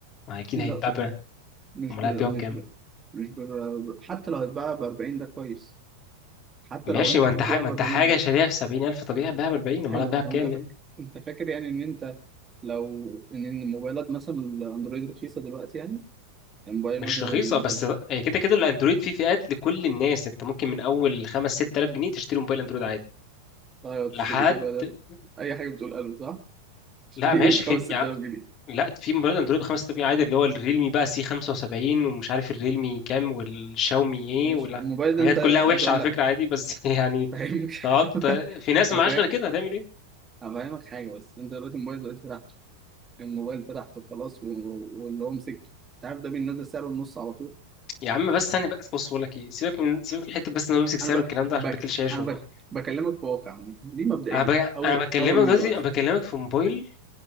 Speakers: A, on the left (about 40°); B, on the right (about 20°).
A: ما اكيد
B: لا
A: هيتباع
B: طب
A: ب-
B: مش
A: امال
B: ب...
A: هتبيعه
B: مش
A: بكام
B: ب... مش ب... حتى لو هتباع ب 40 ده كويس حتى
A: ماشي
B: لو انت
A: ما
B: هتبيع
A: انت حاجة ما
B: ب
A: انت
B: 40
A: حاجة
B: ده كده.
A: شاريها في 70000 طبيعي هتبيعها ب 40
B: حلو
A: امال هتبيعها
B: لو
A: بكام
B: انت فاكر
A: يعني
B: انت فاكر يعني ان انت لو ان إن الموبايلات مثلا الاندرويد رخيصه دلوقتي يعني الموبايل
A: مش
B: مثلا
A: رخيصة
B: زي مش
A: بس
B: عارف
A: هي كده كده الاندرويد فيه فئات لكل الناس انت ممكن من اول 5 6000 جنيه تشتري موبايل اندرويد عادي
B: طيب تشتري
A: لحد
B: ايه بقى ده اي حاجه بتقول قلب صح تشتري
A: لا ماشي
B: ايه ب
A: في
B: 5 6000
A: يعني
B: جنيه
A: لا في موبايل اندرويد ب 5000 جنيه عادي اللي هو الريلمي بقى سي 75 ومش عارف الريلمي كام والشاومي ايه
B: ماشي
A: ولا
B: الموبايل ده
A: حاجات
B: انت
A: كلها
B: عايز
A: وحشة
B: اقول
A: على
B: لك
A: فكرة عادي بس <laughs> يعني
B: فاهمك
A: تقعد
B: <laughs>
A: في ناس معاش
B: هفهم
A: غير كده هتعمل إيه؟
B: انا فاهمك حاجه بس انت دلوقتي الموبايل دلوقتي فتحته الموبايل فتحته خلاص و- و- واللي هو مسكته انت عارف ده بينزل سعره النص على طول
A: يا عم بس ثانية بس بص بقول لك ايه سيبك من سيبك من حتة بس ان هو يمسك سعر
B: انا بك
A: والكلام ده
B: بك
A: عشان باكلش عيش
B: انا
A: والله
B: بك بكلمك في واقع عامة. دي مبدئيا
A: انا ب...
B: اول
A: انا بكلمك
B: اول ميزه
A: دلوقتي
B: الاشهر
A: انا بكلمك في موبايل